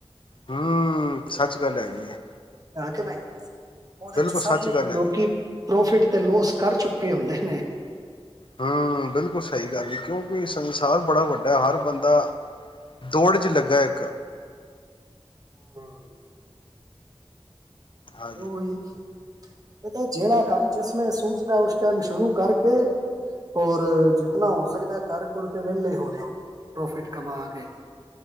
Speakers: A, on the left; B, on the right.
A: ਹਮ ਸੱਚ ਗੱਲ ਹੈਗੀ ਹੈ
B: ਹੈ ਕਿ ਨਹੀਂ ਉਹਦੇ
A: ਬਿਲਕੁਲ
B: ਚ ਸਭ
A: ਸੱਚ ਗੱਲ ਹੈਗੀ
B: ਲੋਕੀ ਪ੍ਰੋਫਿਟ ਤੇ ਲੋਸ ਕਰ ਚੁੱਕੇ ਆਉਂਦੇ ਨੇ
A: ਹਮ ਬਿਲਕੁਲ ਸਹੀ ਗੱਲ ਹੈ ਕਿਉਂਕਿ ਸੰਸਾਰ ਬੜਾ ਵੱਡਾ ਹੈ ਹਰ ਬੰਦਾ ਦੌੜ ਚ ਲੱਗਾ ਇੱਕ
B: ਹਮ
A: ਹਾਂਜੀ
B: ਓਹੀ ਇਹ ਜਿਹੜਾ ਕੰਮ ਜਿਸ ਸੂਝਦਾ ਉਸ ਟਾਈਮ ਸ਼ੁਰੂ ਕਰਕੇ ਔਉਰ ਜਿਤਨਾ ਹੋ ਸਕਦਾ ਕਰ ਕੁਰ ਕੇ ਵਿਹਲੇ ਹੋ ਜਾਓ ਪ੍ਰੋਫਿਟ ਕਮਾ ਕੇ